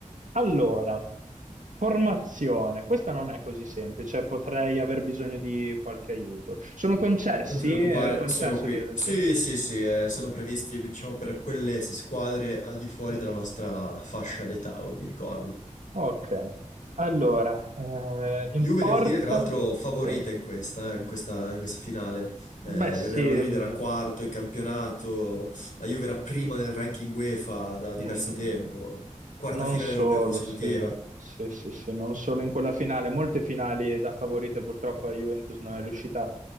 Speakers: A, on the right (about 75°); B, on the left (about 80°).
A: Allora, formazione. Questa non è così semplice, potrei aver bisogno di qualche aiuto. Sono concessi?
B: Non ti preoccupare,
A: È concesso
B: sono qui.
A: chiedertelo?
B: Sì, sì, sì, eh, sono previsti, diciamo, per quelle squadre al di fuori
A: Mm,
B: della nostra fascia d'età, vi ricordo.
A: Ok. Allora, eh, in
B: Juve,
A: porta?
B: devo dire, tra l'altro, favorita
A: Sì.
B: in questa, eh, in questa, in questa finale. Eh,
A: Beh, sì,
B: il Real Madrid
A: mm,
B: era quarto in campionato, la Juve era prima nel ranking UEFA da
A: Non,
B: diverso tempo, quarta
A: non
B: finale
A: solo,
B: europea consecutiva.
A: se, se- se- se non solo in quella finale, molte finali da favorite purtroppo la Juventus non è riuscita